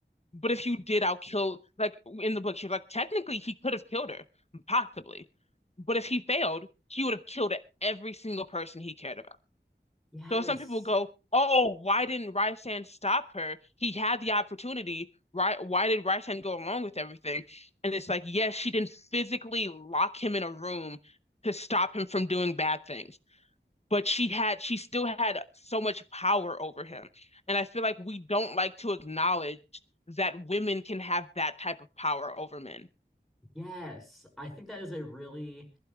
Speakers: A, on the left (about 35°); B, in the centre.
A: But if you did, I'll kill like in the book, she's like, technically he could have killed her, possibly. But if he failed, he would have killed every single person he cared
B: Yes.
A: so some people go, "Oh, why didn't Rysand stop her? He had the opportunity. Why, why did Rysand go along with everything?" And it's like, yes, she didn't physically lock him in a room to stop him from doing bad things, but she had, she still had so much power over him. And I feel like we don't like to acknowledge that women can have that type of power over men.
B: Yes, I think that is a really